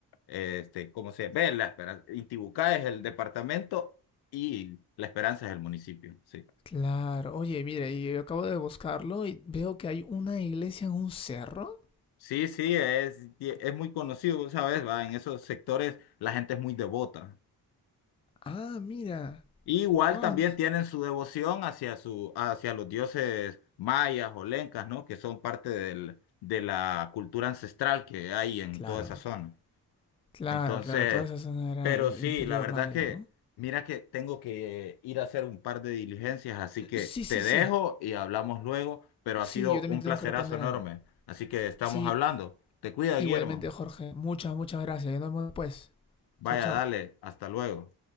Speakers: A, on the left; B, on the left.
A: eh, este, ¿cómo se ve La Esperanza? Intibucá es el departamento y La Esperanza es el municipio, sí.
B: claro. Oye, mira, y yo acabo de buscarlo y veo que hay una iglesia en un cerro.
A: Sí, sí, es, es muy conocido, ¿sabes? Va, en esos sectores la gente es muy devota.
B: Ah, mira.
A: Igual
B: Wow.
A: también tienen su devoción hacia, su, hacia los dioses mayas o lencas, ¿no? Que son parte del- de la cultura ancestral que hay en
B: Claro.
A: toda esa zona.
B: Claro,
A: Entonces,
B: claro. Toda esa zona era
A: pero
B: el
A: sí,
B: Imperio
A: la verdad
B: Maya,
A: que,
B: ¿no?
A: mira que tengo que ir a hacer un par de diligencias, así
B: Eh,
A: que
B: Sí, sí,
A: te
B: sí.
A: dejo y hablamos luego, pero
B: Sí,
A: ha sido
B: yo también
A: un
B: tengo
A: placerazo
B: que responder
A: enorme.
B: algo.
A: Así que estamos
B: Sí,
A: hablando. Te cuida,
B: igualmente,
A: Guillermo.
B: Jorge. Muchas, muchas gracias. nos vemos después.
A: Vaya,
B: Chao, chao.
A: dale, hasta luego.